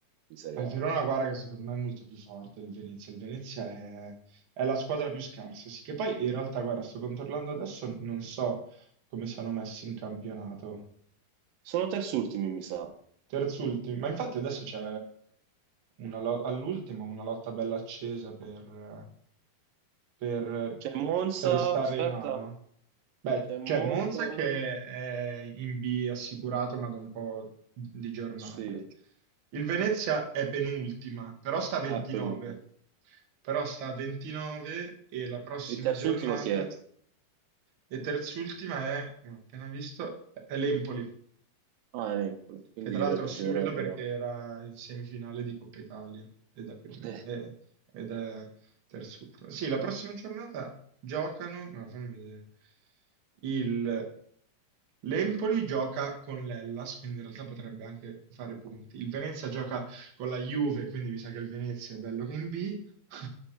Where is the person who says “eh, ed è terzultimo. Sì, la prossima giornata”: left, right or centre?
Right